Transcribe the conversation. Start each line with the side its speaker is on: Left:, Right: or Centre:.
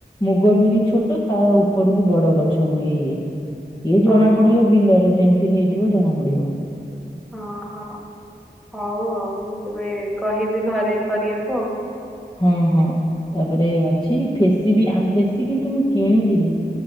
Left: ମୁଗ ବିରି ଛୋଟ ତା ଉପରକୁ ବଡ ଗଛ ହୁଏ ଇଏ ଇଏ ଜଣା
Centre: ଓହୋ
Left: ପଡିବ ବିଲରେ ଯେମତି ହେଇଥିବ ଜଣା ପଡିବ।
Centre: ହଁ ହଁ, ହଉ ଆଉ ମୁଁ କେବେ କହିବି ଘରେ କରିବାକୁ ଆଉ।
Left: ହଁ ହଁ, ତାପରେ ଅଛି ଫେସି ବି ଫେସି କିନ୍ତୁ ମୁଁ କିଣିଥିଲି।